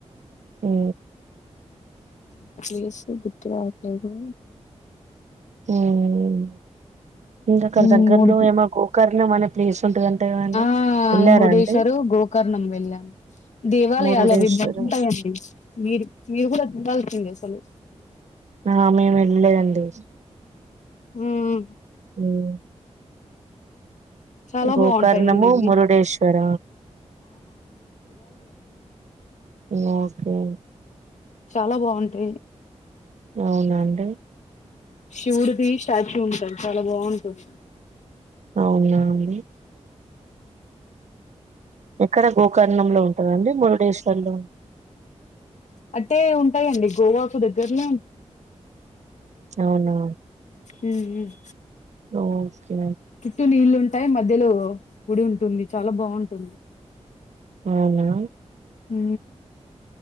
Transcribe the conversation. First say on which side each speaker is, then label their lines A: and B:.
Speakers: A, on the right; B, on the left.
A: హు
B: ప్లేస్ గుర్తుకు రావట్లేదు.
A: హుమ్ ఇంకా అక్కడ
B: హ్మ్
A: దగ్గరలో
B: మురు
A: ఏమో గోకర్ణం అనే ప్లేస్, ఉంటదంట కదండి
B: ఆ
A: వెళ్ళారా
B: మురుడేశ్వరు
A: అండి
B: గోకర్ణం వెళ్ళాం. దేవాలయాలు
A: మురుడేశ్వర
B: అవి బాగుంటాయండి మీరు మీరు కూడా చూడాల్సింది అసలు,
A: ఆ మేము వెళ్ళలేదండి.
B: హుం
A: ఉమ్.
B: చాలా
A: గోకర్ణము
B: బాగుంటాయండి ఇవి.
A: మురుడేశ్వర ఓకే
B: చాలా బాగుంటాయి.
A: అవునండి.
B: శివుడుదిి స్టాచ్యూ ఉంటడి చాలా బాగుంటది.
A: అవునాండి. ఎక్కడ గోకర్ణంలో ఉంటాడా మురుడేశ్వర్లో
B: అట్టే ఉంటాయండి గోవాకు దగ్గరలే,
A: అవునా
B: ఉం ఉ హ
A: ఓకే
B: చుట్టూ నీళ్ళు ఉంటాయి మధ్యలో గుడి ఉంటుంది చాలా బాగుంటుంది.
A: అవునా
B: ఊ.